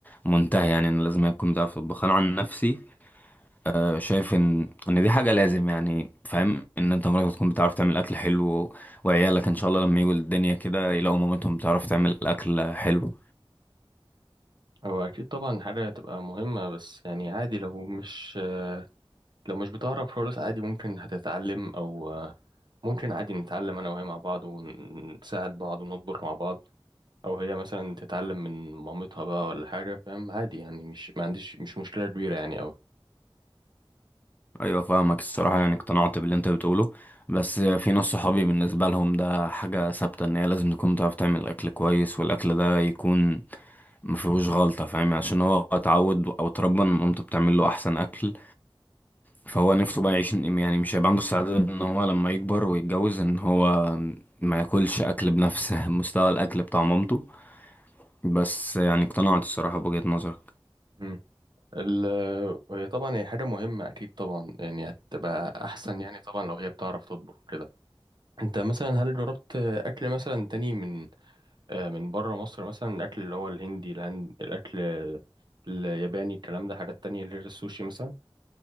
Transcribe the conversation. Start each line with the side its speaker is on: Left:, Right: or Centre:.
Left: منتهي يعني ان لازم يكون بتعرف تطبخ انا عن نفسي آه، شايف ان ان دي حاجه لازم يعني فاهم ان انت مراتك تكون بتعرف تعمل اكل حلو و- وعيالك ان شاء الله لما يجوا الدنيا كده يلاقوا مامتهم بتعرف تعمل اكل حلو
Right: هو اكيد طبعا حاجه هتبقى مهمه بس يعني عادي لو مش لو مش بتعرف خالص عادي ممكن هتتعلم او ممكن عادي نتعلم انا وهي مع بعض ونساعد بعض ونطبخ مع بعض او هي مثلا تتعلم من مامتها بقى ولا حاجه فاهم عادي يعني مش ما عنديش مش مشكله كبيره يعني
Left: ايوه فاهمك الصراحه يعني اقتنعت باللي انت بتقوله بس في ناس صحابي بالنسبه لهم ده حاجه ثابته ان هي لازم تكون بتعرف تعمل اكل كويس والاكل ده يكون ما فيهوش غلطه فاهم عشان هو اتعود او اتربى ان مامته بتعمل له احسن اكل فهو نفسه بقى يعيش يعني مش هيبقى عنده استعداد ان هو لما يكبر ويتجوز ان هو ما ياكلش اكل بنفس <laughs> مستوى الاكل بتاع مامته بس يعني اقتنعت الصراحة بوجهة نظرك
Right: أوي ال- هي طبعا هي حاجة مهمة أكيد طبعا يعني هتبقى أحسن يعني طبعا لو هي بتعرف تطبخ كده أنت مثلا هل جربت أكل مثلا تاني من آه، من بره مصر مثلا الأكل اللي هو الهندي الهند الأكل الياباني الكلام ده حاجات تانية غير السوشي مثلا